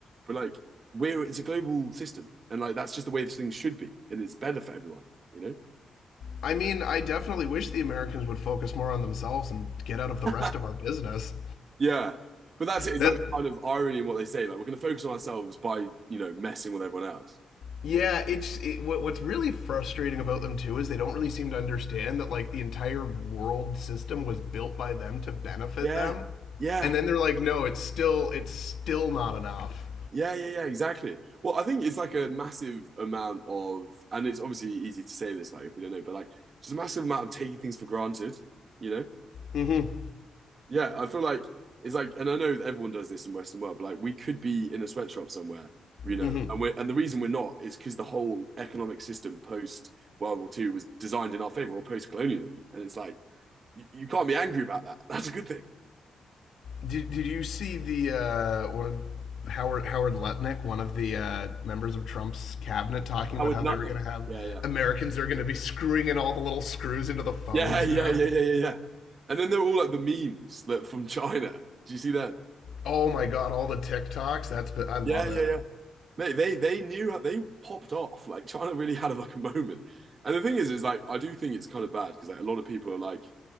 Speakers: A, on the right (about 40°); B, on the left (about 75°).
A: but like we're it's a global system and like that's just the way things should be and it's better for everyone you know
B: I mean, I definitely wish the Americans would focus more on themselves and get out of the
A: <laughs>
B: rest of our business.
A: yeah but that's it it's
B: That
A: like the kind of irony in what they say like we're going to focus on ourselves by you know messing with everyone else
B: Yeah, it's it, what, what's really frustrating about them too is they don't really seem to understand that like the entire world system was built by them to benefit
A: yeah
B: them,
A: yeah
B: and then they're like, no, it's still it's still not enough.
A: Yeah, yeah, yeah, exactly. Well, I think it's like a massive amount of, and it's obviously easy to say this, like if we don't know, but like just a massive amount of taking things for granted, you know?
B: Mm-hmm.
A: Yeah, I feel like it's like, and I know that everyone does this in Western world, but like we could be in a sweatshop somewhere, you know,
B: Mm-hmm.
A: and we're, and the reason we're not is because the whole economic system post World War II was designed in our favor or post colonialism, and it's like you, you can't be angry about that. <laughs> That's a good thing.
B: Did Did you see the uh, one of Howard Howard Lutnick, one of the uh, members of Trump's cabinet, talking
A: Howard
B: about how
A: Nutley.
B: they were going to have
A: Yeah, yeah.
B: Americans that are going to be screwing in all the little screws into the phones
A: Yeah, yeah,
B: now?
A: yeah, yeah, yeah, yeah. And then they're all like the memes like, from China. Do you see that?
B: Oh my God, all the TikToks. That's I love
A: Yeah, yeah,
B: it.
A: yeah. Mate, they they knew how they popped off. Like China really had like a moment. And the thing is, is like I do think it's kind of bad because like a lot of people are like